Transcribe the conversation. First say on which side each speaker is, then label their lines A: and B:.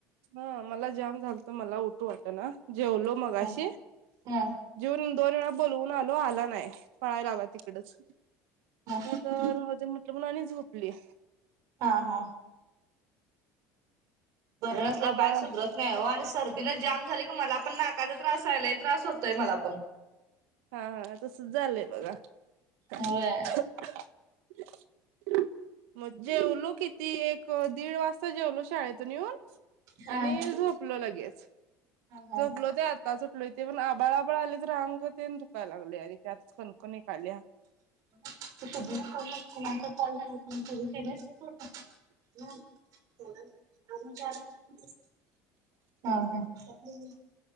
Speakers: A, on the right (about 80°); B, on the right (about 55°).
A: हा मला जाम झालत, मला उटू वाटना जेवलो मगाशी
B: होय हा
A: जिवू दोन वेळा बोलवून आलो आल नाय. पळाय लागला तिकडच
B: हा
A: मग राहू दे म्हटलं म्हणून आणि झोपल्या
B: हा हा. बरं नसल्याव
A: आबाळ
B: काय सुधरत नाही वो आणि सर्दीनं जाम झालं की मला पण नाकाचा त्रास हाय लय त्रास होतोय मला पण
A: हा हा तसच झालंय बघा. <unintelligible>
B: होय.
A: म जेवलो किती एक दीड वाजता जेवलो शाळेतून यून
B: हा
A: आणि
B: हा
A: झोपलो लगेच,
B: हा
A: झोपलो ते आ ताच उटलोय ते पण आबाळ आबाळआलय तर अंग तेन दुकाय लागलय आणि त्यात कणकण एक आल्या.
B: <unintelligible> <unintelligible> हा हा <unintelligible>